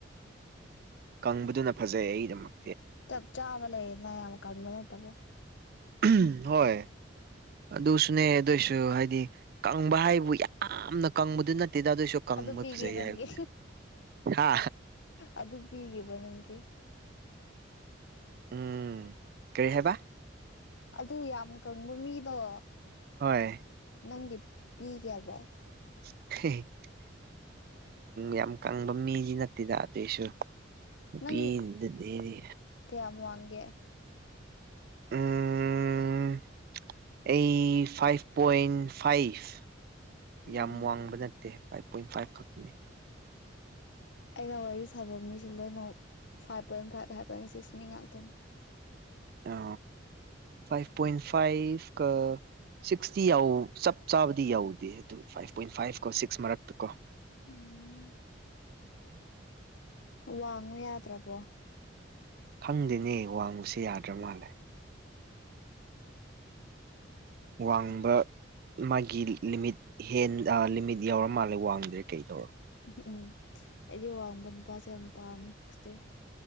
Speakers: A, on the right; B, on the left.
A: ꯀꯪꯕꯗꯨꯅ ꯐꯖꯩ ꯑꯩꯒꯤꯗꯃꯛ
B: ꯆꯞ ꯆꯥꯕ ꯂꯩꯌꯦꯅ ꯌꯥꯝ ꯀꯪꯕ ꯅꯠꯇꯕ
A: ꯎꯝ ꯍꯣꯏ ꯑꯗꯨꯁꯨꯅꯦ ꯑꯗꯨꯏꯁꯨ ꯍꯥꯏꯗꯤ ꯀꯪꯕ ꯍꯥꯏꯕꯨ ꯌꯥꯝꯅ ꯀꯪꯕꯗꯨ ꯅꯠꯇꯦꯗ ꯑꯗꯨꯏꯁꯨ ꯀꯪꯕ
B: ꯑꯗꯨ ꯄꯤꯒꯦ
A: ꯐꯖꯩ
B: ꯅꯪꯒꯤ
A: ꯍꯥꯏꯕꯅꯦ ꯍꯥ
B: ꯑꯗꯨ ꯄꯤꯒꯦꯕ ꯅꯪꯒꯤ
A: ꯎꯝ ꯀꯔꯤ ꯍꯥꯏꯕ
B: ꯑꯗꯨ ꯌꯥꯝ ꯀꯪꯕ ꯃꯤꯗꯣ
A: ꯍꯣꯏ
B: ꯅꯪꯒꯤ ꯄꯤꯒꯦꯕ
A: <inaudible> ꯌꯥꯝ ꯀꯪꯕ ꯃꯤꯗꯤ ꯅꯠꯇꯦꯗ ꯑꯗꯨꯑꯣꯏꯁꯨ ꯅꯨꯄꯤ
B: ꯅꯪ
A: ꯏꯔꯤ
B: ꯀꯌꯥꯝ ꯋꯥꯡꯒꯦ
A: ꯎꯝ ꯑꯩ ꯐꯥꯏꯚ ꯄꯣꯏꯟ ꯐꯥꯏꯚ
B: ꯎꯝ
A: ꯌꯥꯝ ꯋꯥꯡꯕ ꯅꯠꯇꯦ ꯐꯥꯏꯚ ꯄꯣꯏ ꯐꯥꯏꯚ ꯈꯅꯤ
B: ꯑꯩꯅ ꯋꯥꯔꯤ ꯁꯥꯕ ꯃꯤꯁꯤ ꯂꯣꯏꯅꯃꯛ five point five five point six ꯃꯤ ꯉꯥꯛꯇꯅꯤ
A: ꯑ ꯐꯥꯏꯚ ꯄꯣꯏꯟ ꯐꯥꯏꯚ ꯀꯥ ꯁꯤꯛꯁꯇꯤ ꯌꯥꯎ ꯆꯞ ꯆꯥꯕꯗꯤ ꯌꯥꯎꯗꯦ ꯑꯗꯨ ꯐꯥꯏꯚ ꯄꯣꯏꯟ ꯐꯥꯏꯚ ꯀꯣ ꯁꯤꯛꯁ ꯃꯔꯛꯇ ꯀꯣ <inaudible>
B: ꯎꯝ ꯋꯥꯡꯉꯨ ꯌꯥꯗ꯭ꯔꯕꯣ
A: ꯈꯪꯗꯦꯅꯦ ꯋꯥꯡꯕꯁꯦ ꯌꯥꯗ꯭ꯔ ꯃꯥꯜꯂꯦ ꯋꯥꯡꯕ ꯃꯥꯒꯤ ꯂꯤꯃꯤꯠ ꯍꯦꯟ ꯑꯥ ꯂꯤꯃꯤꯠ ꯌꯥꯎꯔ ꯃꯥꯜꯂꯦ ꯋꯥꯡꯗ꯭ꯔꯦ ꯀꯩ ꯇꯧꯔ
B: ꯎꯝ ꯎꯝ ꯑꯩꯗꯤ ꯋꯥꯡꯕ ꯅꯨꯄꯥꯁꯦ ꯌꯥꯝ ꯄꯥꯝꯃꯦ ꯐꯖꯩ